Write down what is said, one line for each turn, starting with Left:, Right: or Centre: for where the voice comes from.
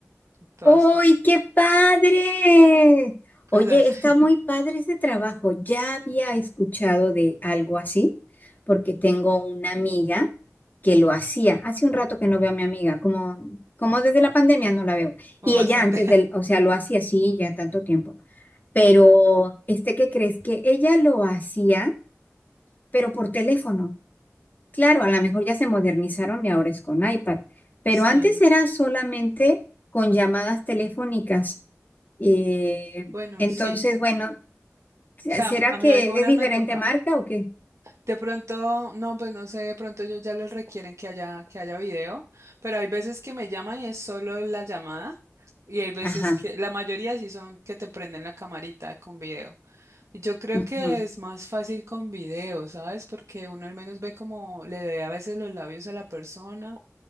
Right: en todas,
Left: ¡Uy,
Right: todas.
Left: qué padre!
Right: pues
Left: Oye,
Right: las,
Left: está
Right: <laughs>
Left: muy padre ese trabajo. Ya había escuchado de algo así, porque tengo una amiga que lo hacía. Hace un rato que no veo a mi amiga, como, como desde la pandemia no la veo.
Right: o
Left: Y
Right: bastante,
Left: ella antes del, o sea, lo hacía así ya tanto tiempo. Pero, este, ¿qué crees? Que ella lo hacía, pero por teléfono. Claro, a lo mejor ya se modernizaron y ahora es con iPad, pero
Right: <laughs> sí,
Left: antes era solamente con llamadas telefónicas. Eh,
Right: bueno,
Left: entonces,
Right: sí,
Left: bueno, se-
Right: o sea,
Left: ¿será
Right: a mí
Left: que
Right: algunas
Left: es diferente
Right: me toca.
Left: marca o qué?
Right: De pronto, no, pues no sé, de pronto ellos ya les requieren que haya, que haya video, pero hay veces que me llaman y es solo la llamada, y hay veces
Left: Ajá,
Right: que, la mayoría sí son que te prenden la camarita con video. Y Yo creo
Left: ujú,
Right: que es más fácil con video, ¿sabes? Porque uno al menos ve como le ve a veces los labios a la persona